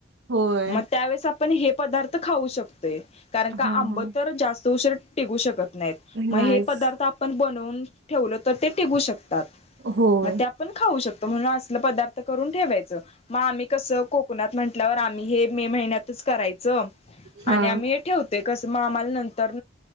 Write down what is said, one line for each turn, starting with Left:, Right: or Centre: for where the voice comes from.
Right: होय
Left: मग त्यावेळेस आपण हे पदार्थ खाऊ शकतोय कारण का
Right: हा
Left: आंब
Right: हा
Left: तर जास्त. टिकू शकत नाही मग
Right: नाहीच
Left: हे पदार्थ आपण बनवून ठेवल तर ते टिकू शकतात
Right: होय
Left: मग ते आपण खाऊ शकतो म्हणून असल पदार्थ करून ठेवायचं मग आम्ही कसं कोकणात म्हटल्यावर आम्ही हे मे महिन्यातच करायचं आणि
Right: हा
Left: आम्ही हे ठेवतोय कस मग आम्हाला नंतर तर